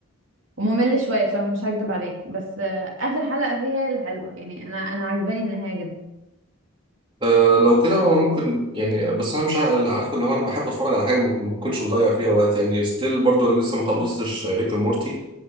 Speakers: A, on the right; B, on the right.
A: وممل شويه بصراحه مش هكدب عليك بس آه، اخر حلقه فيها هي الحلوه يعني انا انا عجباني النهايه جدا
B: آه، لو كده انا ممكن يعني بس انا مش عا- عارف اللي هو انا بحب اتفرج على حاجه ما ما بكونش بضيع فيها وقت يعني ستيل برضو انا لسه ما خلصتش ريك اند مورتي